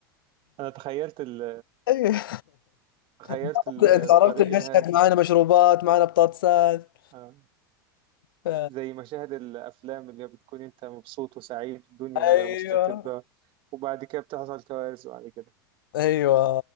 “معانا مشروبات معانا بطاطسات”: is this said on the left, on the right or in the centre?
Left